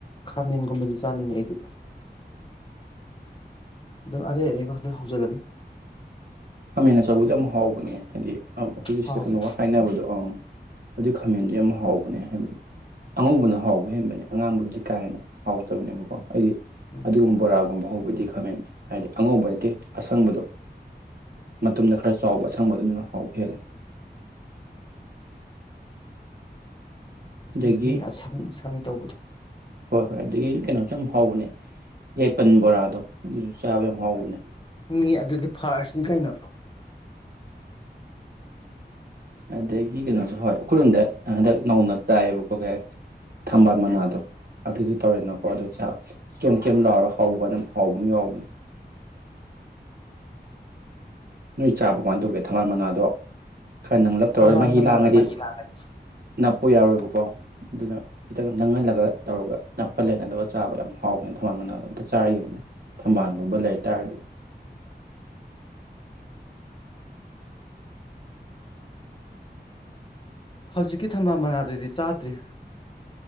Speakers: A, on the left; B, on the right.
A: ꯈꯥꯃꯦꯟꯒꯨꯝꯕꯁꯨ ꯆꯥꯅꯤꯡꯉꯦ ꯑꯩꯗꯤ ꯑꯗꯨꯝ ꯑꯔꯩ ꯑꯔꯩꯕ ꯍꯧꯖꯜꯂꯅꯤ
B: ꯈꯃꯦꯦꯟ ꯑꯆꯧꯕꯗꯤ ꯌꯥꯝ ꯍꯥꯎꯕꯅꯦ ꯍꯥꯏꯗꯤ ꯑ ꯑꯩꯈꯣꯏꯒꯤ
A: ꯍꯥꯎꯋꯦ
B: ꯁꯤꯗ ꯀꯩꯅꯣꯒ ꯍꯥꯏꯅꯕꯗꯣ ꯑꯪ ꯑꯗꯨ ꯈꯥꯃꯦꯟꯗꯨ ꯌꯥꯝ ꯍꯥꯎꯕꯅꯦ ꯍꯥꯏꯕꯗꯤ ꯑꯉꯧꯕꯅ ꯍꯥꯎꯕ ꯍꯦꯟꯕꯅꯦ ꯑꯉꯥꯡꯕꯨꯗꯤ ꯀꯥ ꯍꯦꯟꯅ ꯍꯥꯎꯇꯕꯅꯦꯕꯀꯣ ꯑꯩꯗꯤ
A: ꯎꯝ
B: ꯑꯗꯨꯒꯨꯝꯕꯔꯥ ꯀꯝꯕ ꯍꯧꯕꯗꯤ ꯈꯝꯃꯦ ꯍꯥꯏꯗꯤ ꯑꯉꯧꯕ ꯅꯠꯇꯦ ꯑꯁꯪꯕꯗꯣ ꯃꯇꯨꯝꯗ ꯈꯔ ꯆꯥꯎꯕ ꯑꯁꯪꯕ ꯑꯗꯨꯗꯨꯅ ꯍꯥꯎꯕ ꯍꯦꯜꯂꯦ ꯑꯗꯒꯤ
A: ꯎꯝ ꯁꯪꯂꯤ ꯁꯪꯂꯤ ꯇꯧꯕꯗꯣ
B: ꯍꯣꯏ ꯍꯣꯏ ꯑꯗꯨꯗꯒꯤ ꯀꯩꯅꯣꯁꯨ ꯌꯥꯝ ꯍꯥꯎꯕꯅꯦ ꯌꯥꯏꯄꯟ ꯕꯣꯔꯥꯗꯣ ꯑꯗꯨꯁꯨ ꯆꯥꯕ ꯌꯥꯝ ꯍꯥꯎꯕꯅꯦ
A: ꯃꯤ ꯑꯗꯨꯗꯤ ꯐꯥꯔꯁ ꯆꯤꯡꯈꯩꯅ
B: ꯑꯗꯩ ꯁꯤ ꯀꯩꯅꯣꯁꯨ ꯍꯣꯏ ꯑꯩꯈꯣꯏꯔꯣꯝꯗ ꯍꯟꯗꯛ ꯅꯧꯅ ꯆꯥꯏꯌꯦꯕꯀꯣ ꯀꯩ ꯊꯝꯕꯥꯜ ꯃꯅꯥꯗꯣ ꯑꯗꯨꯗꯣ ꯇꯧꯔꯦꯅꯀꯣ ꯑꯗꯨ ꯀꯦꯝ ꯀꯦꯝ ꯂꯥꯎꯔ ꯍꯥꯎꯕ ꯀꯥꯟ ꯑꯗꯨꯝ ꯍꯥꯎꯕ ꯑꯃ ꯌꯥꯎꯕꯅꯦ ꯅꯣꯏ ꯆꯥ ꯄ꯭ꯔꯔꯀꯥꯟ ꯇꯧꯒꯦ ꯊꯝꯕꯥꯜ ꯃꯅꯥꯗꯣ ꯈꯔ ꯅꯪꯂꯂꯞ ꯇꯧꯔꯒ
A: ꯊꯝꯕꯥꯜ
B: ꯃꯍꯤ ꯂꯥꯡꯉꯗꯤ
A: ꯃꯅꯥꯗꯤ
B: ꯅꯞꯄ ꯌꯥꯎꯔꯣꯏꯕꯀꯣ ꯑꯗꯨꯅ ꯈꯤꯇꯪ ꯅꯪꯍꯜꯂꯒ ꯇꯧꯔꯒ ꯅꯞꯄꯜꯂꯦꯅ ꯑꯗꯨꯒ ꯆꯥꯕ ꯌꯥꯝ ꯍꯥꯎꯋꯦꯅ ꯊꯝꯕꯥꯜ ꯃꯅꯥꯗꯣ ꯑꯝꯇ ꯆꯥꯔ ꯌꯦꯡꯉꯣ ꯊꯝꯕꯥꯜꯒꯨꯝꯕ ꯂꯩ ꯇꯥꯔꯗꯤ
A: ꯍꯧꯖꯤꯛꯀꯤ ꯊꯝꯕꯥꯜ ꯃꯅꯥꯗꯗꯤ ꯆꯥꯗ꯭ꯔꯤ